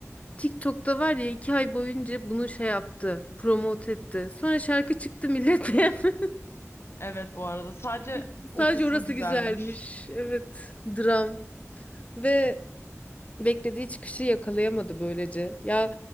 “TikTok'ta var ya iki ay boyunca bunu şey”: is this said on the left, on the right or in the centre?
Left